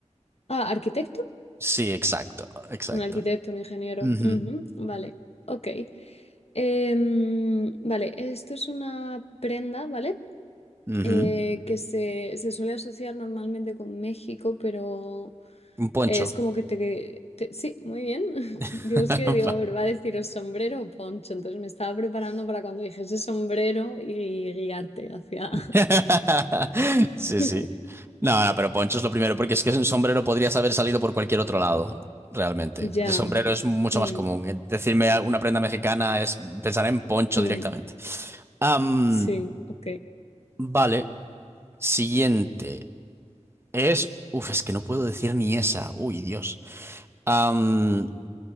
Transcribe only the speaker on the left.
Ah, arquitecto.
Un arquitecto, un ingeniero.
Ujú, Vale, ok. Em, vale, esto es una prenda, ¿vale?
eh, que se, se suele asociar normalmente con México, pero
es como que te... te- sí, muy bien. <laughs> Digo,
es que digo, a ver, ¿va a deciros sombrero o poncho? Entonces me estaba preparando para cuando dijese sombrero y guiarte hacia...
<laughs>
Ya.
Mm,
mm,
sí, ok.